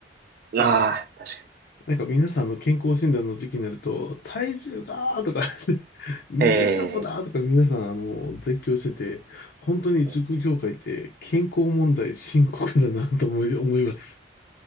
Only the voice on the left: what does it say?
なんか皆さんの健康診断の時期になると、体重がーとか <laughs> メタボだーとか皆さんあの、
絶叫してて、本当に塾業界って健康問題深刻だなと思い、
思います。